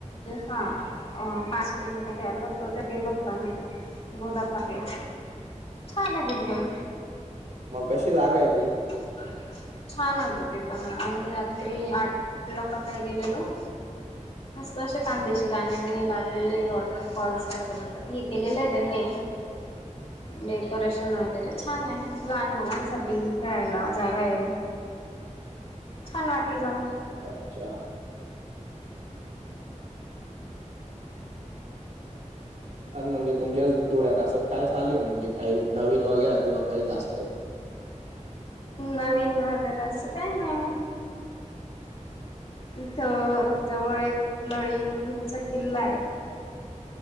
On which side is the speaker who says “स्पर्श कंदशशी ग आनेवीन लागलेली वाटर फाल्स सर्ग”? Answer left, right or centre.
Left